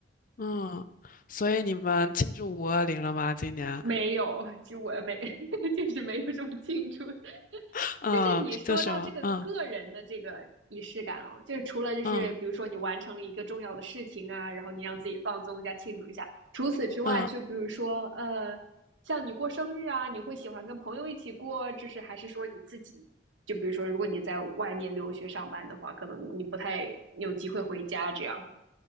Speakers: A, on the left (about 45°); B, on the right (about 80°).
A: 嗯，所以你们庆祝五二零了吗？今年？
B: 没有，就我没，<laughs> 就是没有这么庆祝
A: <laughs> 嗯，
B: 就是你说到这个个人的这个仪式感哦，
A: 就什么？嗯
B: 就是除了就是比如说你完成了一个重要的事情啊，
A: 嗯。
B: 然后你让自己放松一下、庆祝一下。除此之外，
A: 嗯，
B: 就比如说呃，像你过生日啊，你会喜欢跟朋友一起过，就是还是说你自己？就比如说，如果你在外面留学上班的话，可能你不太有机会回家这样。